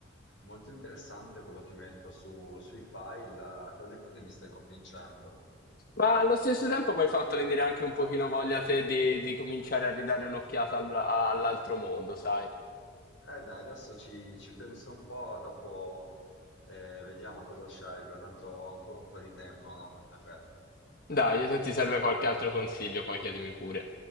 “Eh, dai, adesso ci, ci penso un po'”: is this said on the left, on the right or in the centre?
Left